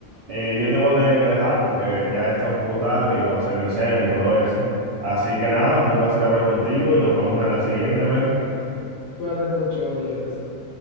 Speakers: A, on the right; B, on the left.
A: eh, yo te voy a tener que dejar porque ya está un poco tarde y voy a hacer mi cena y todo eso. Así que nada, fue un placer hablar contigo y nos vemos en la siguiente, Mefi.
B: Cuídate mucho, Jefferson.